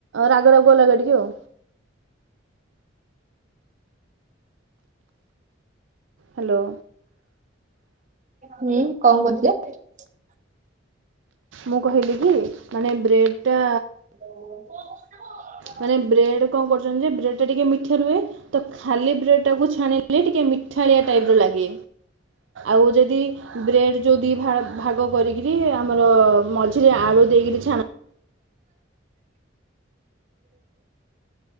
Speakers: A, on the right; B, on the right.
A: ରାଗ ରାଗୁଆ ଲାଗେ ଟିକେ ଆଉ। ହ୍ୟାଲୋ।
B: ହୁଁ କଣ କରୁଛ? ହଁ
A: ମୁଁ କହିଲି କି ମାନେ ବ୍ରେଡ୍‌ ଟା
B: ହ
A: ମାନେ ବ୍ରେଡ୍‌ କଣ କରୁଛନ୍ତି ଯେ ବ୍ରେଡ୍‌ଟା ଟିକେ ମିଠା ରୁହେ ତ ଖାଲି ବ୍ରେଡ୍ ଟାକୁ ଛାଣିଲେ ଟିକେ ମିଠା ଠାଳିଆ ଟାଇପ୍ ର ଲାଗେ ଆଉ ଯଦି ବ୍ରେଡ୍ ଯୋଉ ଦି ଭାଗ କରିକି ଆମର ମଝିରେ ଆଳୁ ଦେଇକରି ଛାଣନ୍ ଆ